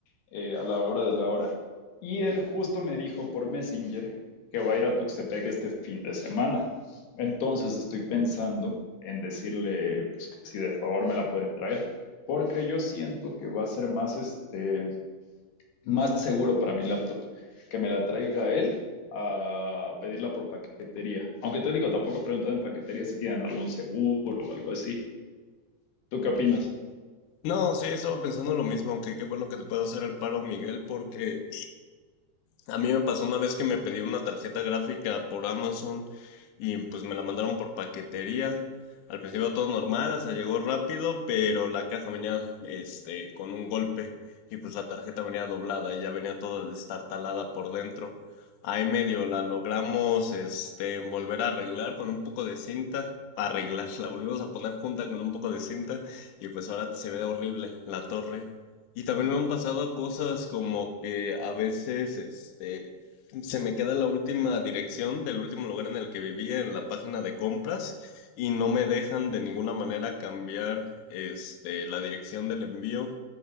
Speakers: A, on the left; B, on the left.
A: eh, a la hora de la hora. Y él justo me dijo por Messenger que va a ir a Tuxtepec este fin de semana. Entonces estoy pensando en decirle pues, que si de favor me la puede traer, porque yo siento que va a ser más, este, más seguro para mi laptop que me la traiga él a pedirla por paquetería. Aunque te digo, tampoco he preguntado en paquetería si tienen algún seguro o algo así. ¿Tú qué opinas?
B: No, sí, estaba pensando lo mismo, que qué bueno que te pueda hacer el paro, Miguel, porque a mí me pasó una vez que me pedí una tarjeta gráfica por Amazon y pues me la mandaron por paquetería. Al principio todo normal, hasta llegó rápido, pero la caja venía este con un golpe y pues la tarjeta venía doblada y ya venía toda destartalada por dentro. Ahí medio la logramos este volver a arreglar con un poco de cinta, arreglar, <laughs> la volvimos a poner junta con un poco de cinta y pues ahora se ve horrible la torre. Y también me han pasado cosas como que a veces, este, se me queda la última dirección del último lugar en el que vivía en la página de compras y no me dejan de ninguna manera cambiar, este, la dirección del envío.